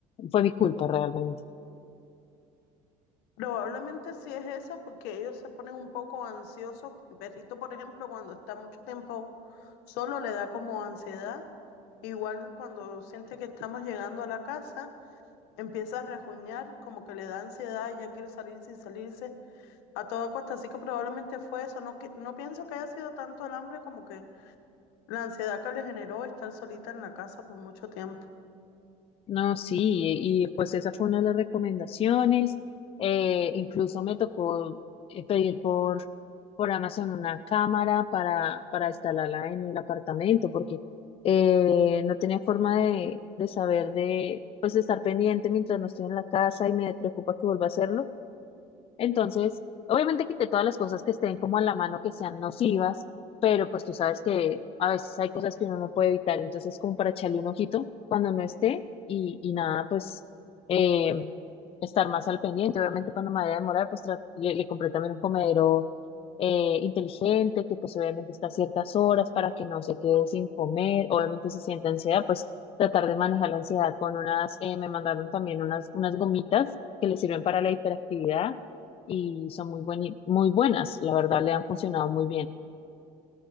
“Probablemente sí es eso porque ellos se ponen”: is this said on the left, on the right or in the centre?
Left